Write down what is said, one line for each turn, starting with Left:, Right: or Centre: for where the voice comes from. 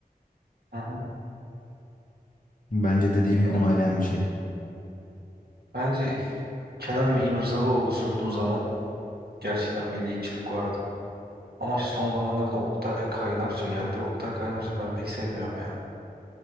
Right: Hı
Left: bence dediğimi onaylayan
Right: hı.
Left: bir şey.
Right: Bence Kenan İm- İmirzalıoğlu sunduğu zaman gerçekten milliyetçilik vardı. Ama şu son zamanlarda Oktay Kaynarca geldi. Oktay Kaynarca ben pek sevmiyorum ya.